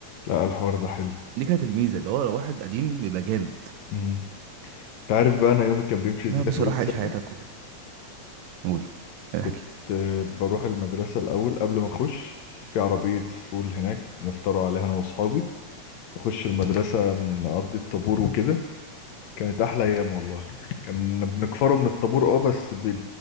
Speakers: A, on the left (about 75°); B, on the right (about 80°).
A: لا الحوار ده حلو
B: دي كانت الميزه اللي هو لو واحد قديم بيبقى جامد
A: مم. انت عارف بقى انا يومي كان بيمشي
B: لا
A: ازاي
B: بس
A: في اولى
B: روح عيش
A: ثانوي
B: حياتك و- قول
A: كنت
B: احكي
A: آه، بروح المدرسه الاول قبل ما اخش في عربيه فول هناك بنفطروا عليها انا واصحابي نخش المدرسة نقضي الطابور وكده كانت أحلى أيام والله كان بنكفره من الطابور اه بس بن...